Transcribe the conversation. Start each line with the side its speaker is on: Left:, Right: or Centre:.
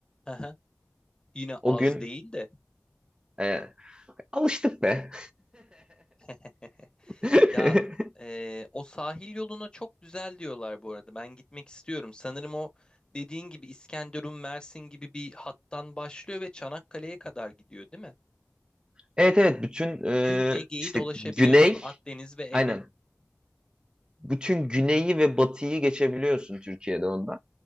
Left: Aha, Yine
Right: O
Left: az
Right: gün
Left: değil de.
Right: e, alıştık be.
Left: <laughs>
Right: <laughs>
Left: Ya e, o sahil yoluna çok güzel diyorlar bu arada. Ben gitmek istiyorum. Sanırım o dediğin gibi İskenderun, Mersin gibi bir hattan başlıyor ve Çanakkale'ye kadar gidiyor, değil mi?
Right: Evet evet bütün e,
Left: Tüm Ege'yi
Right: işte
Left: dolaşabiliyorsun.
Right: güney
Left: Akdeniz ve
Right: aynen
Left: Ege.
Right: bütün güneyi ve batıyı geçebiliyorsun Türkiye'de onda.